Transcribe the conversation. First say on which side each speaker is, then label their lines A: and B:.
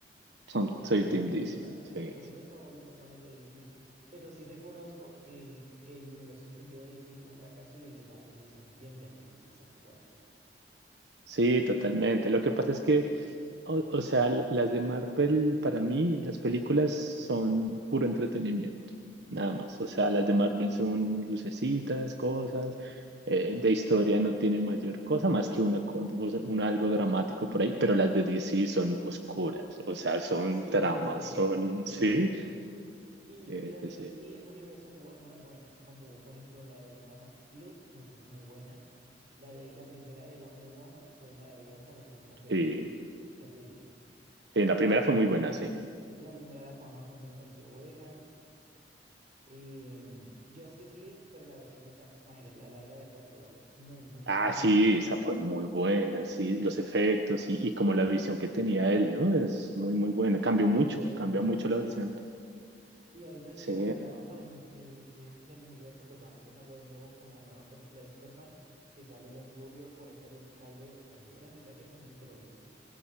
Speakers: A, on the right (about 75°); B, on the right (about 40°).
A: son,
B: Sí, yo
A: soy
B: también.
A: Team DC.
B: O sea, mis
A: Sí,
B: superhéroes favoritos son los de DC, pero sí reconozco que el universo extendido de DC fue un fracaso y el de Marvel lo hizo muy bien y las películas son muy buenas.
A: Sí, totalmente. Lo que pasa es que, o, o sea, l- las de Marvel, para mí, las películas son puro entretenimiento, nada más. O sea, las de Marvel son lucecitas, cosas, eh, de historia no tiene mayor cosa más que una, con- o sea, un algo dramático por ahí, pero las de DC son oscuras, o sea, son
B: Sí,
A: tramas,
B: sí, sí,
A: son,
B: estoy
A: sí,
B: de acuerdo. Y
A: sí,
B: las
A: sí,
B: de
A: sí.
B: DC, este universo tuvo algunas buenas, como por ejemplo la de Man of Steel, me parece muy buena. La de la primera de Wonder Woman fue maravillosa, la segunda fue
A: Sí,
B: terrible.
A: Sí, la
B: Eh,
A: primera fue muy buena, sí.
B: la primera de Aquaman también pareció buena. Eh, Justice League, pero la versión de Zack Snyder, la larga de cuatro horas, muy, muy,
A: Ah,
B: muy
A: sí,
B: buena.
A: esa fue muy buena, sí, los efectos y, y como la visión que tenía
B: Sí,
A: él, ¿no? Es muy, muy buena. Cambió
B: Sí,
A: mucho,
B: muy buena.
A: cambia mucho la versión.
B: Y ahorita estoy
A: Sí,
B: emocionado por el, el reset del universo, pues van a empezarlo de nuevo con la nueva película de Superman que sale ya en julio. Por ahí salió el tráiler ayer, antes de ayer, no sé si te lo viste.